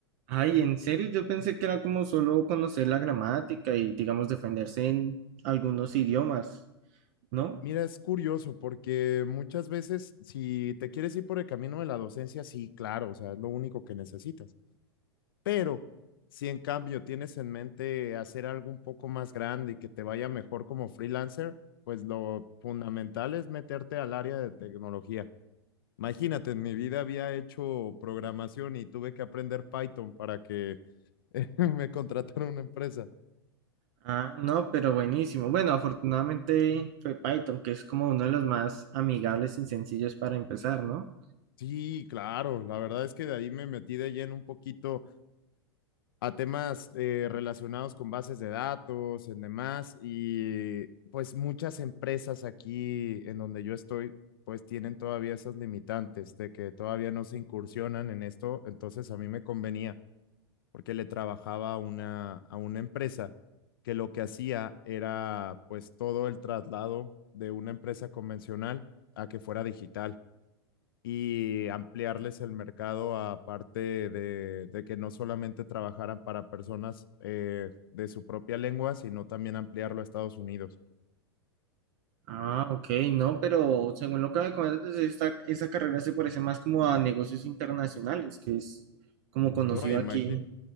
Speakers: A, on the right; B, on the left.
A: Ay, en serio, yo pensé que era como solo conocer la gramática y digamos defenderse en algunos idiomas, ¿no?
B: Mira, es curioso porque muchas veces si te quieres ir por el camino de la docencia, sí, claro, o sea, es lo único que necesitas. Pero si en cambio tienes en mente hacer algo un poco más grande y que te vaya mejor como freelancer, pues lo fundamental es meterte al área de tecnología. Imagínate, en mi vida había hecho programación y tuve que aprender Python para que <laughs> me contratara una empresa.
A: Ah, no, pero buenísimo. Bueno, afortunadamente fue Python, que es como uno de los más amigables y sencillos para empezar, ¿no?
B: Sí, claro, la verdad es que de ahí me metí de lleno un poquito a temas eh, relacionados con bases de datos, en demás, y pues muchas empresas aquí en donde yo estoy, pues tienen todavía esas limitantes de que todavía no se incursionan en esto, entonces a mí me convenía porque le trabajaba a una, a una empresa que lo que hacía era pues todo el traslado de una empresa convencional a que fuera digital y ampliarles el mercado aparte de, de que no solamente trabajaran para personas eh, de su propia lengua, sino también ampliarlo a Estados Unidos.
A: Ah, ok, no, pero según lo que me comentas, pues, esta, esa carrera se parece más como a negocios internacionales, que es como conocido
B: No, imagino.
A: aquí.